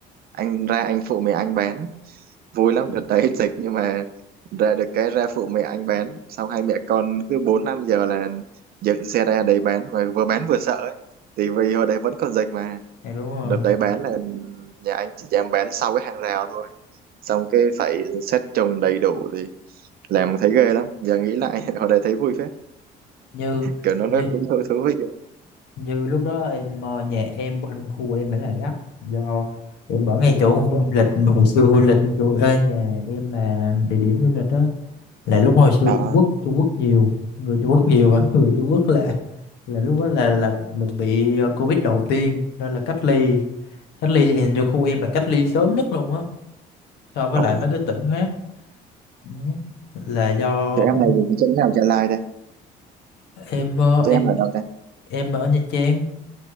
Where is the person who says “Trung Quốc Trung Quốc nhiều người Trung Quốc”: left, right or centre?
Left